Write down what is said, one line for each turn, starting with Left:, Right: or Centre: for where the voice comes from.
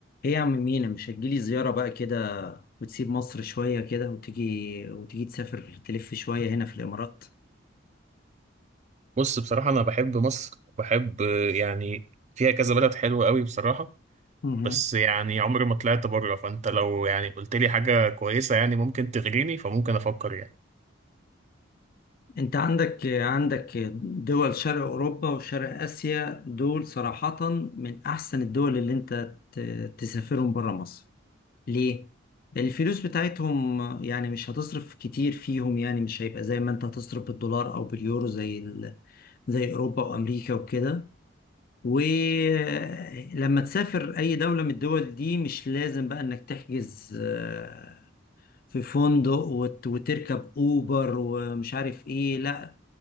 Left: ايه يا عم مينا مش هتجيلي زيارة بقى كده وتسيب مصر شوية كده وتيجي وتيجي تسافر تلف شوية هنا في الإمارات
Right: بص بصراحة أنا بحب مصر وبحب يعني فيها كذا بلد حلوة قوي بصراحة
Left: مهم.
Right: بس يعني عمري ما طلعت بره فأنت لو يعني قلت لي حاجة كويسة يعني ممكن تغريني فممكن أفكر يعني
Left: انت عندك عندك دول شرق أوروبا وشرق آسيا دول صراحة من أحسن الدول اللي انت ت- تسافرهم برا مصر ليه؟ الفلوس بتاعتهم يعني مش هتصرف كتير فيهم يعني مش هيبقى زي ما انت هتصرف بالدولار أو باليورو زي ال... زي أوروبا وأمريكا وكده ولما تسافر اي دولة من الدول دي مش لازم بقى انك تحجز آه، في فندق وت- وتركب اوبر ومش عارف ايه لا